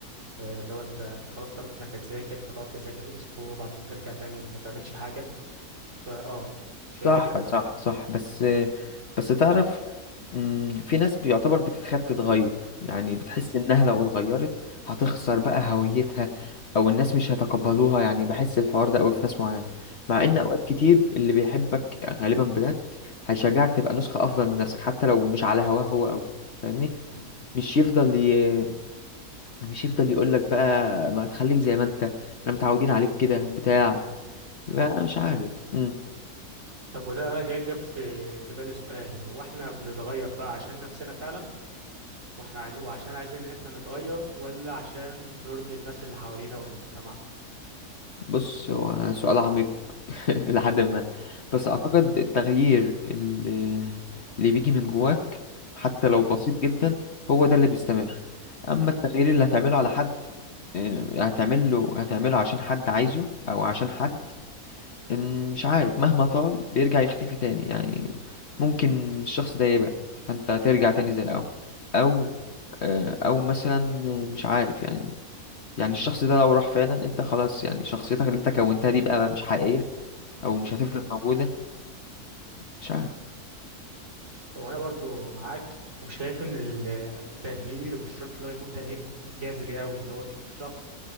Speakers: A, on the right; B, on the left.
A: آه، اللي هو انت انت خلاص قررت انك هتذاكر فتقعد تذاكر اسبوع وبعدين ترجع تاني ما تعملش حاجة فاه شايف
B: صح
A: كده يعني
B: صح صح بس بس تعرف مم، في ناس بيعتبر بتتخاف تتغير يعني بتحس
A: مم.
B: انها لو اتغيرت هتخسر بقى هويتها او الناس مش هيتقبلوها يعني بحس الحوار ده قوي في ناس معينه مع ان
A: مم.
B: اوقات كتير اللي بيحبك غالبا بجد هيشجعك تبقى نسخه افضل من نفسك حتى لو مش على هواه هو قوي فاهمني
A: مم.
B: مش يفضل ي... مش يفضل يقول لك بقى ما تخليك زي ما انت احنا متعودين عليك كده بتاع
A: مم.
B: بقى مش عارف مم.
A: طب وده جا- جاب في في بالي سؤال هو احنا بنتغير بقى عشان نفسنا فعلا واحنا عايز... وعشان عايزين ان احنا نتغير ولا عشان نرضي الناس اللي حوالينا والمجتمع
B: بص هو سؤال عميق <laughs> لحد ما بس
A: مم.
B: اعتقد التغيير اللي, اللي بيجي من جواك حتى لو
A: مم.
B: بسيط جدا هو ده اللي بيستمر اما
A: مم.
B: التغيير اللي هتعمله على حد آه، هتعمله هتعمله عشان حد عايزه او عشان حد أم، مش عارف مهما طال بيرجع يختفي تاني يعني ممكن الشخص ده يبعد فانت ترجع تاني زي الاول او
A: مم.
B: آه، او مثلا مش عارف يعني يعني الشخص ده لو راح فعلا انت خلاص يعني شخصيتك اللي انت كونتها دي بقى مش حقيقية او مش هتفضل
A: مم.
B: موجودة مش عارف
A: هو انا برضو معاك وشايف ان ال- التغيير مش شرط اللي هو يكون تغيير جذري قوي اللي هو تشوف الشخص